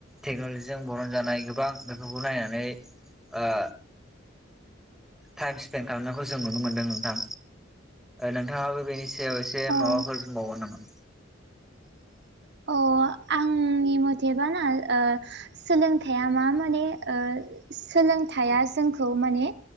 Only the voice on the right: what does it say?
औ
अ आंनि मथेबा ना ओ सोलोंथाइया मा माने ओ सोलोंथाइया जोंखौ माने